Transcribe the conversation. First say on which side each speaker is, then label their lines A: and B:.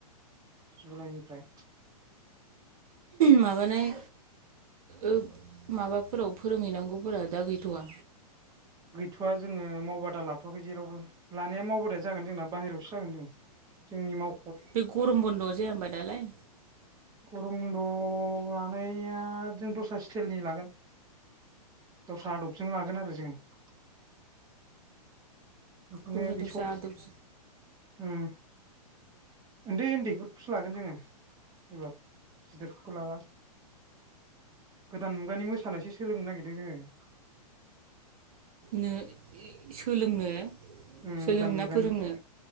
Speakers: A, on the right (about 20°); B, on the right (about 65°).
A: जुलाइनिफ्राय।
B: माबानाय ओ माबाफोराव फोरोंहैनांगौफोरा दा गैथ'वा?
A: थ'आ जोङो मावबादा लाथ'वाखै जेरावबो लानाया मावबादाया जागोन जोंना बाहेरायावसो जागोन जों जोंनि माव
B: बे गरम बन्द'आव जाया होनबा दालाय?
A: गरम ब'न्द लानाया जों दस्रा स्टाइलनि लागोन। दस्रा आदबजों लागोन आरो जोंङो। बेखौनो
B: दस्रा
A: बेखौ
B: दस्रा आदब
A: उम उन्दै उन्दैफोरखौसो लागोन जोङो एबार गिदिरफोरखौ लाला गोदान मुगानि मोसानायसो सोलोंनो नागिरदों जोङो।
B: नो सोलोंनो?
A: उम
B: सोलोंना
A: गोदान मुगानि।
B: फोरोंनो